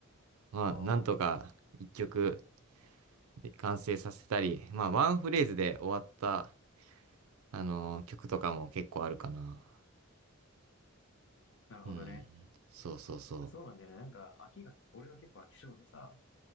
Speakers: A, on the right (about 80°); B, on the left (about 60°).
A: まあ、
B: ああー、
A: なんとか一曲で完成させたり、まあ、ワンフレーズで終わった、あのー曲とかも結構あるかな。
B: なるほどね。
A: うん。そうそうそ
B: そうなんだよね。なんか秋が、俺は結構飽き性でさ、